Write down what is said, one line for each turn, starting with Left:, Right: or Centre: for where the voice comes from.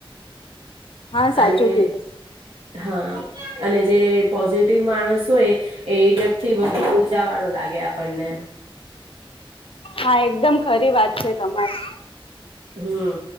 Left: હા, સાચું
Right: અને
Left: કીધું.
Right: હા, અને જે પોઝિટિવ માણસ હોય, એ એ વ્યક્તિ વધુ ઉર્જા વાળો લાગે આપ પને.
Left: હા એકદમ ખરી વાત છે, તમારી.
Right: હમ્મ.